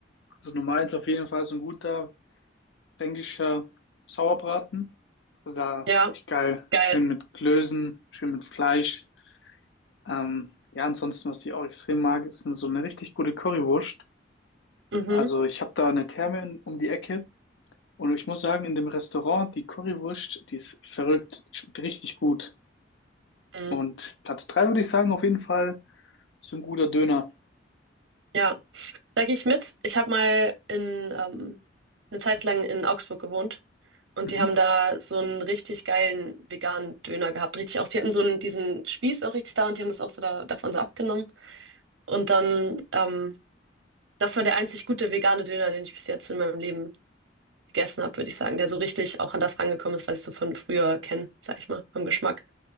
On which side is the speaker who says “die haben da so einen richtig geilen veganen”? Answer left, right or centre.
Right